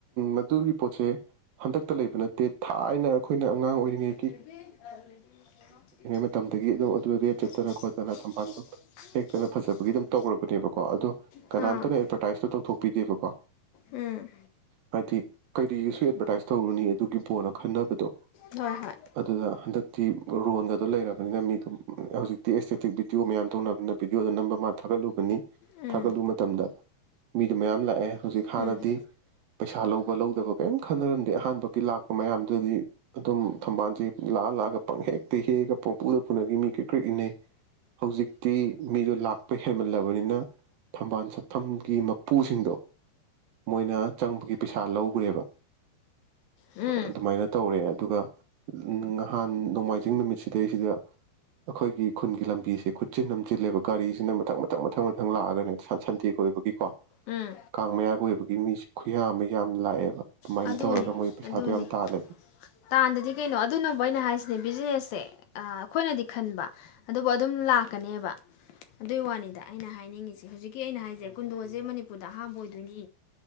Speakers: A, on the right; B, on the left.
A: ꯃꯗꯨꯒꯤ ꯄꯣꯠꯁꯦ ꯍꯟꯗꯛꯇ ꯂꯩꯕ ꯅꯠꯇꯦ ꯊꯥꯏꯅ ꯑꯩꯈꯣꯏꯅ ꯑꯉꯥꯡ ꯑꯣꯏꯔꯤꯉꯩ
B: <unintelligible>
A: ꯃꯇꯝꯗꯒꯤ ꯑꯗꯨꯝ ꯑꯗꯨꯗ
B: <inaudible>
A: ꯗꯦꯠ ꯆꯠꯇꯅ ꯈꯣꯠꯇꯅ ꯊꯝꯕꯥꯜꯗꯣ ꯍꯦꯛꯇꯅ ꯐꯖꯕꯒꯤ ꯑꯗꯨꯝ ꯇꯧꯔꯕꯅꯦꯕꯀꯣ ꯑꯗꯣ ꯀꯅꯥꯝꯇꯅ
B: ꯑꯥ
A: ꯑꯦꯠꯚꯔꯇꯥꯏꯁꯇꯣ ꯇꯧꯊꯣꯛꯄꯤꯗꯦꯕꯀꯣ
B: ꯎꯝ
A: ꯍꯥꯏꯗꯤ ꯀꯩꯔꯤꯒꯤꯁꯨ ꯑꯦꯠꯚꯔꯇꯥꯏꯁ ꯇꯧꯔꯨꯅꯤ ꯑꯗꯨꯒꯤ ꯄꯣꯠꯅ ꯈꯟꯅꯕꯗꯣ
B: ꯍꯣꯏ ꯍꯣꯏ
A: ꯑꯗꯨꯗ ꯍꯟꯗꯛꯇꯤ ꯗꯔꯣꯟꯒꯗꯣ ꯂꯩꯔꯕꯅꯤꯅ ꯃꯤꯗꯣ ꯍꯧꯖꯤꯛꯇꯤ ꯑꯦꯁꯇꯦꯇꯤꯛ ꯕꯤꯗꯤꯑꯣ ꯃꯌꯥꯝ ꯇꯧꯅꯕꯅꯤꯅ ꯕꯤꯗꯤꯑꯣꯗꯣ ꯅꯝꯕ ꯃꯥꯟ ꯊꯥꯒꯠꯂꯨꯕꯅꯤ
B: ꯎꯝ
A: ꯊꯥꯒꯠꯂꯨ ꯃꯇꯝꯗ ꯃꯤꯗꯣ ꯃꯌꯥꯝ ꯂꯥꯛꯑꯦ ꯍꯧꯖꯤꯛ ꯍꯥꯟꯅꯗꯤ
B: ꯎꯝ
A: ꯄꯩꯁꯥ ꯂꯧꯕ ꯂꯧꯗꯕ ꯀꯔꯤꯝ ꯈꯟꯅꯔꯝꯗꯦ ꯑꯍꯥꯟꯕꯒꯤ ꯂꯥꯛꯄ ꯃꯌꯥꯝꯗꯨꯗꯗꯤ ꯑꯗꯨꯝ ꯊꯝꯕꯥꯜꯁꯦ ꯂꯥꯛꯑ ꯂꯥꯛꯑꯒ ꯄꯪ ꯍꯦꯛꯇ ꯍꯦꯛꯑꯒ ꯄꯪꯄꯗ ꯐꯅꯒꯤ ꯃꯤ ꯀ꯭ꯔꯤ ꯀꯔꯤꯦꯛ ꯏꯟꯅꯩ ꯍꯧꯖꯤꯛꯇꯤ ꯃꯤꯁꯨ ꯂ ꯍꯦꯟꯃꯜꯂꯕꯅꯤꯅ ꯊꯝꯕꯥꯜ ꯆꯠꯐꯝꯒꯤ ꯃꯄꯨꯁꯤꯡꯗꯣ ꯃꯣꯏꯅ ꯆꯪꯕꯒꯤ ꯄꯩꯁꯥ ꯂꯧꯈ꯭ꯔꯦꯕ
B: ꯎꯝ
A: ꯑꯗꯨꯃꯥꯏꯅ ꯇꯧꯔꯦ ꯑꯗꯨꯒ ꯅꯍꯥꯟ ꯅꯣꯡꯃꯥꯏꯖꯤꯡ ꯅꯨꯃꯤꯠ ꯁꯤꯗꯩꯁꯤꯗ ꯑꯩꯈꯣꯏꯒꯤ ꯈꯨꯟꯒꯤ ꯂꯝꯕꯤꯁꯦ ꯈꯨꯠꯆꯤꯟꯅ ꯑꯃꯝ ꯆꯤꯜꯂꯦꯕ ꯒꯥꯔꯤꯁꯤꯅ ꯃꯊꯪ ꯃꯊꯪ ꯃꯊꯪ ꯃꯊꯪ ꯂꯥꯛꯑꯒꯅꯦ ꯁꯟꯗꯦ ꯑꯣꯏꯕꯒꯤꯀꯣ
B: ꯎꯝ
A: ꯀꯥꯡ ꯃꯌꯥꯒꯣꯏꯕꯒꯤ ꯃꯤꯁꯦ ꯈꯨꯌꯥ ꯑꯃ ꯌꯥꯝ ꯂꯥꯛꯑꯦꯕ ꯑꯗꯨꯃꯥꯏꯅ
B: ꯑꯗꯨꯅꯦ
A: ꯇꯧꯔꯒ ꯃꯣꯏ ꯄꯩꯁꯥꯗꯣ
B: ꯑꯗꯨꯅꯦ
A: ꯌꯥꯝ ꯇꯥꯜꯂꯦꯕ
B: ꯇꯥꯟꯗꯗꯤ ꯀꯩꯅꯣ ꯑꯗꯨꯅꯕꯨ ꯑꯩꯅ ꯍꯥꯏꯁꯤꯅꯦ ꯕꯤꯖꯤꯅꯦꯁꯁꯦ ꯑꯩꯈꯣꯏꯅꯗꯤ ꯈꯟꯕ ꯑꯗꯨꯕꯨ ꯑꯗꯨꯝ ꯂꯥꯛꯀꯅꯦꯕ ꯑꯗꯨꯒꯤ ꯋꯥꯅꯤꯗ ꯑꯩꯅ ꯍꯥꯏꯅꯤꯡꯉꯤꯁꯦ ꯍꯧꯖꯤꯛꯀꯤ ꯑꯩꯅ ꯍꯥꯏꯁꯦ ꯀꯨꯟꯗꯣꯁꯦ ꯃꯅꯤꯄꯨꯔꯗ ꯑꯍꯥꯝꯕ ꯑꯣꯏꯗꯣꯏꯅꯤ